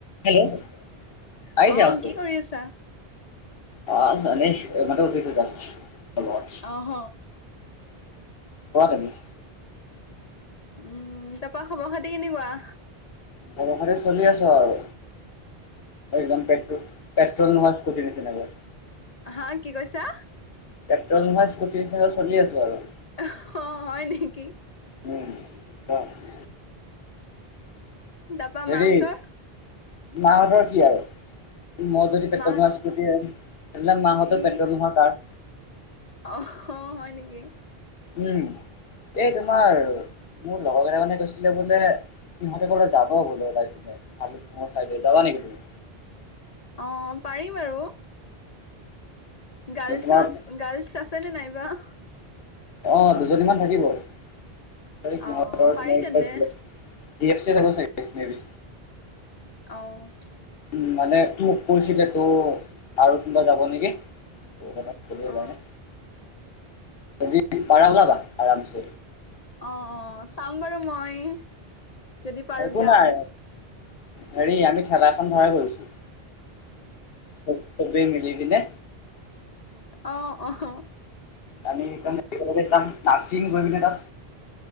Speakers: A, on the left; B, on the left.
A: Hello
B: অ
A: আহিছে আৱাজটো
B: কি কৰি আছা?
A: <unintelligible> এইমাত্ৰ উঠিছে জাষ্ট
B: অহ।
A: কোৱা তুমি
B: উম তাৰাপা খবৰ খাতি কেনেকুৱা?
A: খবৰ খাতি চলি আছো আৰু একদম পেট পেট্ৰল নোহোৱা স্কুটিৰ নিচিনা কৈ।
B: হা কি কৈছা?
A: পেট্ৰল নোহোৱা স্কুটিৰ নিচিনাকৈ চলি আছো আৰু।
B: অ' হয় নেকি।
A: উম <unintelligible>
B: তাৰপা
A: হেৰি
B: মাহঁতৰ
A: মাহঁতৰ কি আৰু মই যদি পেট্ৰল
B: মাহ
A: নোহোৱা স্কুটি <unintelligible> মাহঁতো
B: ই
A: পেট্ৰ'ল নোহোৱা কাৰ।
B: অ' হ হয় নেকি।
A: উম এই তোমাৰ মোৰ লগৰ কেইটা মানে কৈছিলে বোলে সিহঁতে ক'লে যাব হ'ল তালি চাইড ল যাবা নেকি তুমি?
B: অ' পাৰি বাৰু। গাৰ্লছো,
A: নে তোমাৰ
B: গাৰ্লছ আছে নে নাইবা?
A: অ' দুজনীমান থাকিব সিহঁতৰ
B: অ পাৰি
A: তোমাৰ
B: তেন্তে
A: <unintelligible> জি এফ চি এফ আহিব চাগে মেইবি
B: অ'।
A: উম মানে মোক কৈছিলে তো আৰু কোনোবা যাব নেকি? যায়
B: অ
A: ন যদি পাৰা ওলাবা আৰামছে।
B: অ', অ' চাম বাৰু মই। যদি পাৰো
A: একো
B: যাম
A: নাই হেৰি আমি খেলা <unintelligible> কৰিছো চব চবেই মিলি পিনে।
B: অ', অ'।
A: <unintelligible> নাচিন গৈ পিনে তাত।